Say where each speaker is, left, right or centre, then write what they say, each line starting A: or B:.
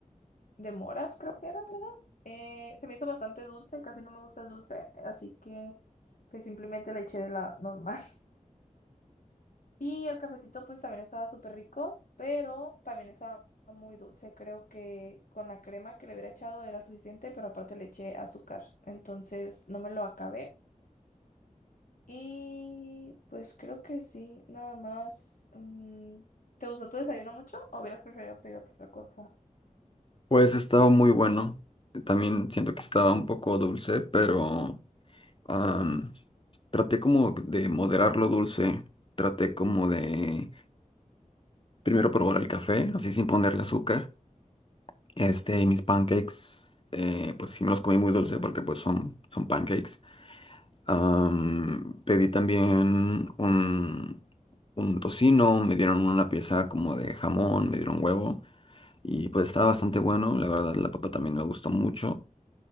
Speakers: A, on the left (about 75°); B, on the left (about 40°).
A: de moras, creo que era, ¿verdad? Eh, se me hizo bastante dulce, casi no me gusta el dulce, así que pues simplemente le eché de la normal. <laughs> Y el cafecito pues también estaba súper rico, pero también estaba muy dulce. Creo que con la crema que le hubiera echado era suficiente, pero aparte le eché azúcar, entonces no me lo acabé. Y pues creo que sí, nada más. mm, ¿Te gustó tu desayuno mucho o hubieras preferido pedir otra cosa?
B: Pues estaba muy bueno. También siento que estaba un poco dulce, pero am, traté como de moderar lo dulce. Traté como de primero probar el café, así sin ponerle azúcar. Este, y mis pancakes, eh, pues sí me los comí muy dulce porque pues son, son pancakes. Am, pedí también un, un tocino, me dieron una pieza como de jamón, me dieron huevo y pues estaba bastante bueno. La verdad, la papa también me gustó mucho.